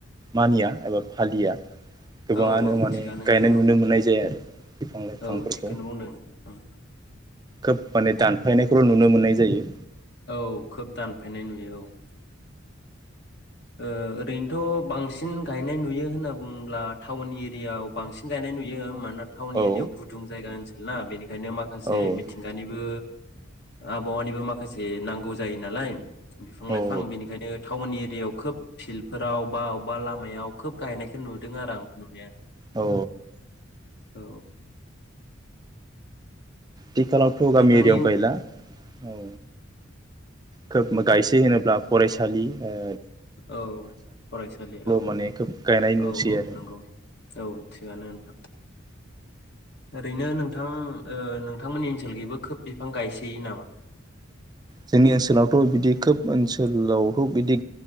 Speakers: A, on the right; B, on the left.
A: मानिया एबा फालिया गोबाङानो
B: औ औ
A: माने
B: थिगानो नोंथां
A: गायनाय
B: औ
A: नुनो मोननाय जाया आरो बिफां लाइफांफोरखौ
B: औ थिगखौनो बुंदों नोंथां
A: खोब माने दानफायनायखौल' नुनो मोननाय जायो
B: औ खोब दानफायनाय नुयो औ ओ ओरैनोथ' बांसिन गायनाय नुयो होनना बुङोब्ला टाउन एरियायाव बांसिन गायनाय नुयो मानोना टाउन
A: औ
B: एरियायाव गुदुं जायगा ओनसो ला बेनि बेनो माखासे
A: औ
B: मिथिंगानिबो आबहावानिबो माखासे नांगौ जायो नालाय बिफां लाइफां
A: औ
B: बेनिखायनो टाउननि दे खोब फिल्डफोराव बा अबबा लामायाव खोब गायनायखौ नुदों आरो आं नुनाया
A: औ
B: औ
A: थिखालावथ गामि
B: नोंथांनि
A: एरियायाव गायला औ खोब गायसै होनोब्ला फरायसालि ओ।
B: औ फरायसालि औ
A: माने खोब गायनाय नुसै
B: औ औ
A: आरो
B: नंगौ औ थिगानो नोंथां। ओरैनो नोंथां ओ नोंथांमोननि ओनसोलखैबो खोब बिफां गायसैयो नामा?
A: जोंनि ओनसोलावथ' बिदि खोब ओनसोलावथ' बिदि